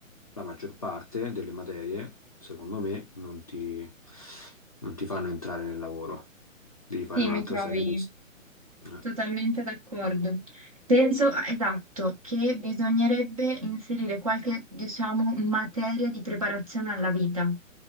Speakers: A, on the left; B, on the right.
A: la maggior parte delle materie, secondo me, non ti, non ti fanno entrare nel lavoro. Devi fare
B: sì,
A: un'altra
B: mi trovi.
A: serie di... Eh.
B: Totalmente d'accordo. Penso, ah, esatto, che bisognerebbe inserire qualche, diciamo, materia di preparazione alla vita.